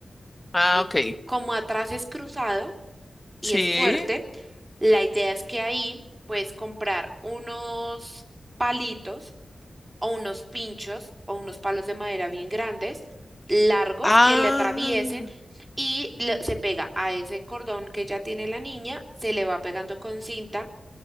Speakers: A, on the left; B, on the right.
A: Ah,
B: Y
A: ok.
B: como atrás es cruzado y
A: Sí.
B: es fuerte, la idea es que ahí puedes comprar unos palitos o unos pinchos o unos palos de madera bien grandes, largos,
A: Ah.
B: que le atraviesen y le- se pega a ese cordón que ya tiene la niña, se le va pegando con cinta